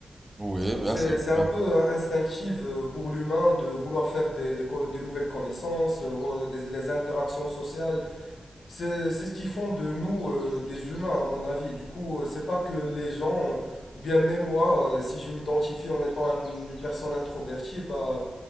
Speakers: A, on the right; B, on the left.
A: Oui, bien
B: C'est,
A: sûr.
B: c'est un
A: bien
B: peu
A: sûr.
B: instinctif euh, pour l'humain de vouloir faire des, des co- des nouvelles connaissances, euh, voir des, les interactions sociales. C'est, c'est ce qui font de nous euh, des humains, à mon avis. Du coup, euh, c'est pas que les gens, ou bien même moi, euh, si je m'identifie en étant un- une personne introvertie, bah,